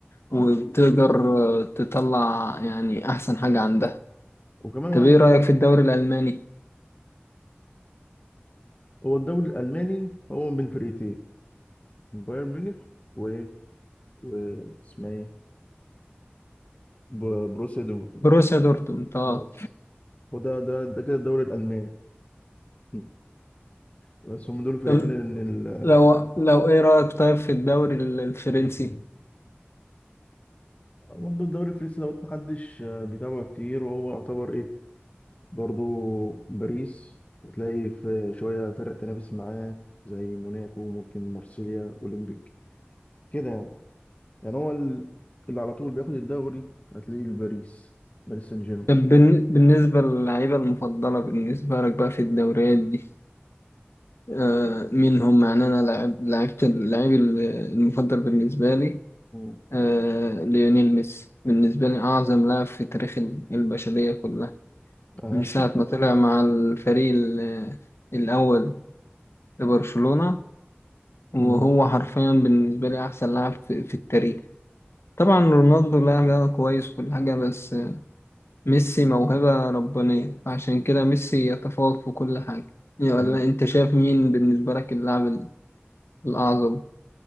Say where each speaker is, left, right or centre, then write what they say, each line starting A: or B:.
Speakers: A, on the left; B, on the left.
A: وبتقدر آه، تطلع يعني احسن حاجه عندها
B: وكمان هو
A: طب
B: عارف
A: ايه رايك
B: إيه؟
A: في الدوري الالماني
B: مم. هو الدوري الألماني هو من فرقتين بايرن ميونخ و و اسمها ايه ب- بروسيا دورتموند
A: بروسيا دورتموند اه
B: بس هو ده ده ده كده الدوري الألماني مم. بس هم دول الفرقتين
A: طب
B: ان ال...
A: لو لو ايه رأيك طيب في الدوري ال- الفرنسي
B: برضه الدوري الفرنسي دوت محدش آه، بيتابعه كتير وهو يعتبر ايه برضو باريس وتلاقي في شوية فرق تنافس معاه زي موناكو ممكن مارسيليا أولمبيك كده يعني يعني هو ال- اللي على طول بياخد الدوري هتلاقيه الباريس باريس سان جيرمان
A: طب بن- بالنسبة للعيبة المفضلة بالنسبة لك بقى في الدوريات دي آه مين هم يعني انا لعب لعبت اللعيب ال- المفضل بالنسبة لي
B: مم.
A: آه ليونيل ميسي بالنسبة لي أعظم لاعب في تاريخ ال- البشرية كلها
B: آه،
A: من
B: أكيد
A: ساعة
B: طبعاً.
A: ما طلع مع الفريق ال- الأول لبرشلونة وهو
B: مم.
A: حرفيا بالنسبة لي أحسن لاعب في, في التاريخ طبعا رونالدو لاعب كويس وكل حاجة بس ميسي موهبة ربانية عشان كده ميسي يتفوق في كل حاجة يعني ولا
B: آه.
A: أنت شايف مين بالنسبة لك اللاعب ال- الأعظم؟